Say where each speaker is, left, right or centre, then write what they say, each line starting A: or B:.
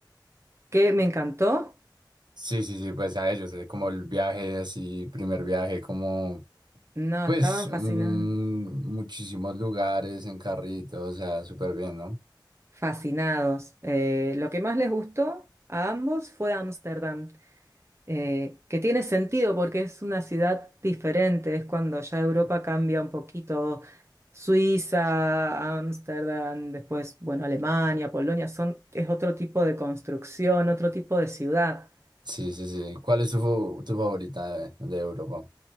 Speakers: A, on the right; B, on the right.
A: ¿Qué me encantó?
B: Sí, sí, sí, pues a ellos, eh, como el viaje así, primer viaje, como
A: No,
B: pues
A: estaban fascinados.
B: mm, muchísimos lugares en carrito, o sea, súper bien, ¿no?
A: Fascinados. Eh, lo que más les gustó a ambos fue Ámsterdam, eh, que tiene sentido porque es una ciudad diferente, es cuando ya Europa cambia un poquito. Suiza, Ámsterdam, después, bueno, Alemania, Polonia, son, es otro tipo de construcción, otro tipo de ciudad.
B: Sí, sí, sí. ¿Cuál es tu, fa- tu favorita de, de Europa?